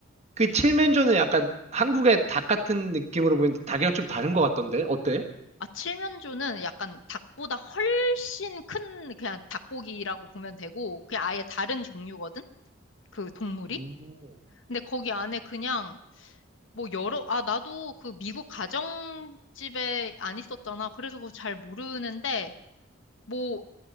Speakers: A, on the right; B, on the left.
A: 그 칠면조는 약간 한국의 닭 같은 느낌으로 보이는데 닭이랑 좀 다른 것 같던데? 어때?
B: 아, 칠면조는 약간 닭보다 훨씬 큰 그냥 닭고기라고 보면 되고 그냥 아예 다른 종류거든? 그 동물이?
A: 오.
B: 근데 거기 안에 그냥 뭐 여러, 아, 나도 그 미국 가정집에 안 있었잖아. 그래서 그거 잘 모르는데 뭐